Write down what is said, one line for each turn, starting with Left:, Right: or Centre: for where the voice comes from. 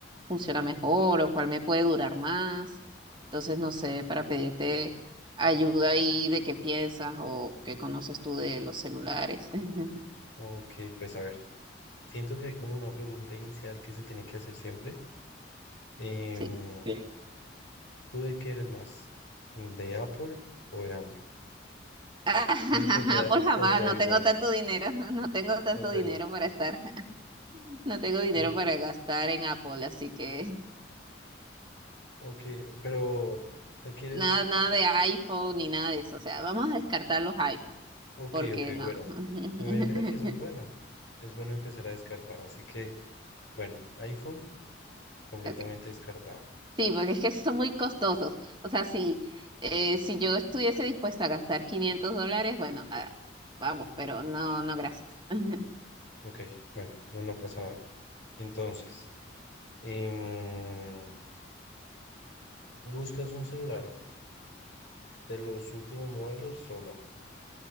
Right: funciona mejor o cuál me puede durar más. Entonces, no sé, para pedirte ayuda ahí de qué piensas o qué conoces tú de los celulares. <laughs>
Left: Ok, pues a ver, siento que hay como una pregunta inicial que se tiene que hacer siempre. Em,
Right: Sí. Sí.
Left: ¿tú de qué eres más? ¿De Apple o de Android?
Right: <laughs>
Left: ¿O, o te da,
Right: por jamás,
Left: o te
Right: no
Left: da igual?
Right: tengo tanto dinero, <laughs> no tengo tanto
Left: ¿O te
Right: dinero
Left: da igual?
Right: para estar No tengo dinero
Left: Mm,
Right: para gastar en Apple, así que <laughs>
Left: Ok, pero, o sea, quieres,
Right: nada, nada de iPhone ni nada de eso. O sea, vamos a descartar los iPhones,
Left: ok,
Right: porque
Left: ok,
Right: no.
Left: bueno.
Right: <laughs>
Left: Eh, Mira que eso es bueno. Es bueno empezar a descartar. Así que, bueno, iPhone completamente
Right: Ok.
Left: descartado.
Right: Sí, porque es que son muy costosos. O sea, si, eh, si yo estuviese dispuesta a gastar 500 dólares, bueno, ah, vamos, pero no, no, gracias. <laughs>
Left: Ok, bueno, no, no pasa nada. Entonces. Em, ¿buscas un celular de los últimos modelos o no?